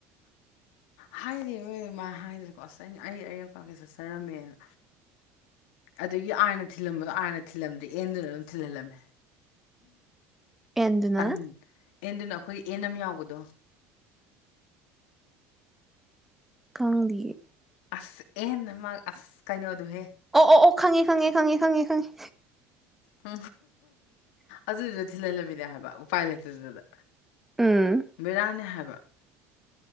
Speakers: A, on the left; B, in the centre.
A: ꯍꯥꯏꯔꯤ ꯃꯣꯏ ꯃꯥ ꯍꯥꯏꯗꯅꯦꯀꯣ ꯑꯁ ꯑ ꯑꯩ ꯑꯔꯦꯝ ꯕꯩꯀꯩ ꯆꯠꯆꯔꯝꯃꯦꯅ ꯑꯗꯨꯒꯤ ꯑꯥꯥꯏꯅ ꯊꯤꯜꯂꯝꯕꯗꯣ ꯑꯥꯏꯅ ꯊꯤꯜꯂꯝꯗꯦ ꯑꯦꯟꯗꯨꯅ ꯑꯗꯨꯝ ꯊꯤꯜꯍꯜꯂꯝꯃꯦ
B: ꯑꯦꯟꯗꯨꯅ
A: ꯇꯟ ꯑꯦꯟꯗꯨꯅ ꯑꯩꯈꯣꯏꯒꯤ ꯑꯦꯟ ꯑꯃ ꯌꯥꯎꯕꯗꯣ
B: ꯈꯪꯗꯤꯌꯦ
A: ꯑꯁ ꯑꯦꯟ ꯅꯃ ꯑꯁ ꯀꯩꯅꯣꯗꯨꯍꯦ
B: ꯑꯣ ꯑꯣ ꯑꯣ ꯈꯪꯉꯦ ꯈꯪꯉꯦ ꯈꯪꯉꯦ ꯈꯪꯉꯦ ꯈꯪꯉꯦ
A: ꯎ ꯑꯗꯨꯏꯗꯨꯗ ꯊꯤꯜꯍꯜꯂꯃꯤꯅꯦ ꯍꯥꯏꯕ ꯎꯄꯥꯏ ꯂꯩꯇꯗꯨꯗꯗ
B: ꯎꯝ
A: ꯕꯤꯔꯅꯤ ꯍꯥꯏꯕ <unintelligible>